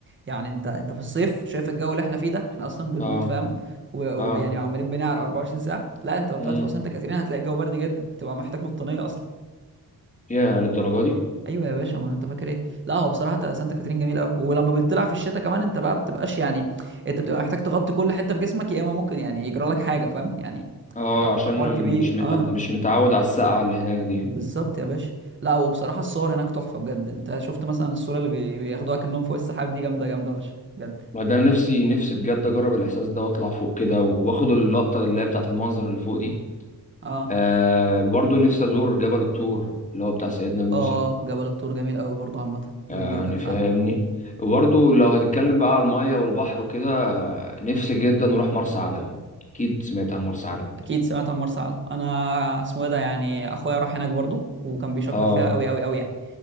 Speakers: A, on the right (about 30°); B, on the left (about 20°).
A: يعني انت انت في الصيف شايف الجو اللي احنا فيه ده احنا اصلا بنموت
B: اه
A: فاهم و- ويعني
B: اه
A: عمالين بنعرق 24 ساعه لا انت لو
B: امم
A: طلعت فوق سانت كاترين هتلاقي الجو برد جدا هتبقى محتاج بطانيه اصلا
B: ياه للدرجه دي
A: ايوه يا باشا ما انت فاكر ايه لا هو بصراحه تا- سانتا كاترين جميل قوي ولما بتطلع في الشتاء كمان انت بقى بتبقاش يعني انت بتبقى محتاج تغطي كل حته في جسمك يا اما ممكن يعني يجرى لك حاجه فاهم يعني
B: اه
A: تبقى بيبقى
B: عشان
A: حوار كبير
B: مش مت...
A: اه
B: مش متعود على السقعه اللي هناك دي
A: بالظبط يا باشا لا وبصراحه الصور هناك تحفه بجد انت شفت مثلا الصوره اللي بي- بياخدوها كأنهم فوق السحاب دي جامده جامده فشخ بجد
B: ما ده انا نفسي نفسي بجد اجرب الاحساس ده واطلع فوق كده واخد اللقطه اللي هي بتاعت المنظر اللي فوق دي
A: اه
B: آه برضو نفسي أزور جبل الطور اللي هو بتاع سيدنا موسى
A: اه جبل الطور جميل قوي برضه عامه جميل
B: آه،
A: جدا
B: يعني
A: فعلا
B: فاهمني وبرضو لو هتتكلم بقى على المية والبحر وكده آه، نفسي جدا أروح مرسى علم أكيد سمعت عن مرسى علم
A: اكيد سمعت عن مرسى علم انا اسمه ايه ده يعني اخويا راح هناك برضو وكان بيشكر
B: اه
A: فيها قوي قوي قوي يعني